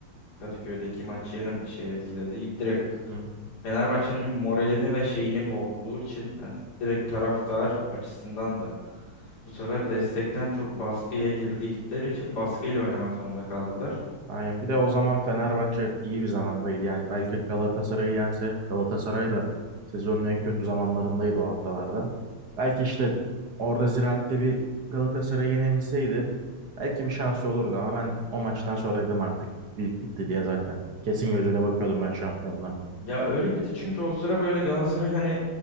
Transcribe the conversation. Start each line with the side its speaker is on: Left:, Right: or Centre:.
Left: Kadıköy'deki maçı yine bir şey etkiledi. Direkt
Right: Hı.
Left: Fenerbahçe'nin moralini ve şeyini bozduğu için yani direkt taraftar açısından da Bu sefer destekten çok baskıya girdikleri için baskıyla oynamak zorunda kaldılar.
Right: Aynen. Bir de o zaman Fenerbahçe iyi bir zamandaydı. Yani belki Galatasaray'ı yense Galatasaray da sezonun en kötü zamanlarındaydı o haftalarda. Belki işte orada Ziraat'te bir Galatasaray'ı yenebilseydi belki bir şansı olurdu ama ben o maçtan sonra dedim artık lig bitti diye zaten. Kesin gözüyle bakıyordum ben şampiyonluğa.
Left: Ya öyle bir de çünkü o sıra böyle Galatasaray hani